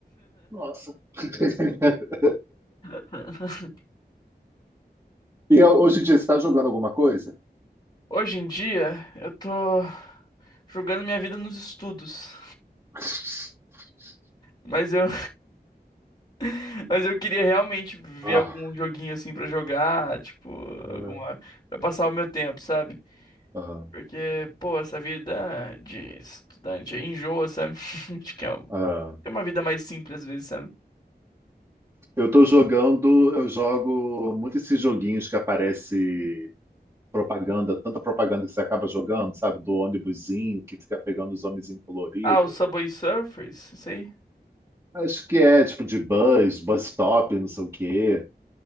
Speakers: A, on the right (about 20°); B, on the left (about 25°).
A: Nossa. <laughs>
B: <laughs>
A: E hoje em dia, você está jogando alguma coisa?
B: Hoje em dia, eu tô jogando minha vida nos estudos.
A: <laughs>
B: Mas eu, <laughs> Mas eu queria realmente ver
A: Ah,
B: algum joguinho assim pra jogar, tipo,
A: ah,
B: alguma, pra passar o meu tempo, sabe?
A: ah.
B: Porque, pô, essa vida de estudante aí enjoa, sabe? <laughs> Acho que é um-
A: ah.
B: é uma vida mais simples às vezes, sabe?
A: Eu tô jogando, eu jogo muito esses joguinhos que aparece propaganda, tanta propaganda que você acaba jogando, sabe? Do ônibusinho que fica pegando os homenzinhos coloridos.
B: Ah, o Subway Surfers, isso aí.
A: Acho que é tipo de bus, bus stop, não sei o quê.